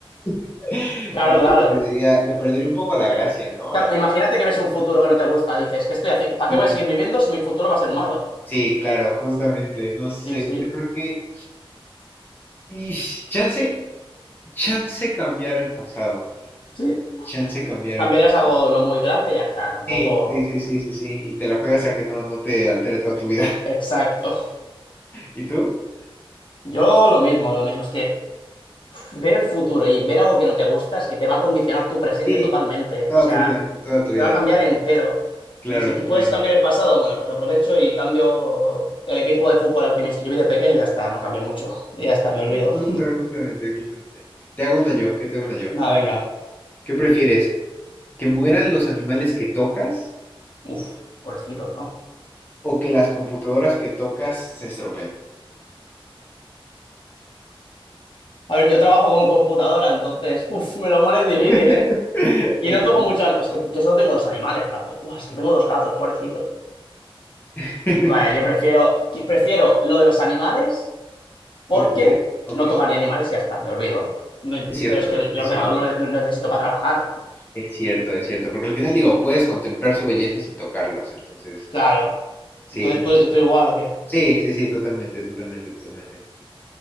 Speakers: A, on the left; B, on the left.
A: <laughs>
B: Claro,
A: También
B: claro.
A: le perdería, le perdería un poco la gracia, ¿no?
B: Claro,
A: Al-
B: imagínate que ves un futuro que no te gusta. Dices, ¿qué estoy haciendo? ¿Para
A: Sí,
B: qué voy a seguir viviendo si mi futuro va a ser malo?
A: sí, claro, justamente, no sé,
B: Y
A: yo
B: sí,
A: creo que... Y chance, chance cambiar el pasado,
B: sí.
A: chance cambiar
B: Cambiarías
A: el pasado.
B: algo no muy grande y ya está. Tampoco.
A: Sí, sí, sí, sí, sí, sí, y te la juegas a que no, no te altere toda tu vida.
B: Exacto.
A: <laughs> ¿Y tú?
B: Yo lo mismo, lo mismo. Es que Ver el futuro y ver algo que no te gusta es que te va a condicionar tu presente
A: Sí,
B: totalmente.
A: toda
B: O sea,
A: tu vida, ¿eh? toda tu
B: te
A: vida.
B: va a cambiar entero.
A: Claro,
B: Y si puedes
A: claro.
B: cambiar el pasado, bueno, pues aprovecho y cambio el equipo de fútbol al que me inscribí de pequeño. Ya está, no cambio mucho. Ya está, me olvido.
A: Justa- justamente, justamente. Te hago una yo, ¿qué te hago una yo?
B: <laughs> Nada, venga.
A: ¿Qué prefieres? ¿Que mueran los animales que tocas?
B: Uf, pobrecito, ¿no?
A: o que las computadoras que tocas se estropeen.
B: A ver, yo trabajo con computadora, entonces, <laughs> uf, me lo pones difícil,
A: <laughs>
B: ¿eh? Y
A: Ok,
B: no toco mucho. ani- Es que yo solo tengo dos animales tampoco. Uf, es que tengo dos gatos, pobrecitos.
A: <laughs>
B: Vaya, yo prefiero, prefiero lo de los animales. porque
A: ok, ok.
B: no tocaría animales y ya está, me olvido. Me-
A: Es cierto,
B: pero es
A: ¿no?
B: que el
A: Es
B: ordenador
A: cierto.
B: lo, ne- lo necesito para trabajar.
A: Es cierto, es cierto. Porque al final digo, puedes contemplar su belleza sin tocarlos. Entonces,
B: Claro.
A: sí,
B: Entonces,
A: un-
B: ¿tú, estoy igual o qué?
A: sí, sí, sí, totalmente, totalmente, totalmente.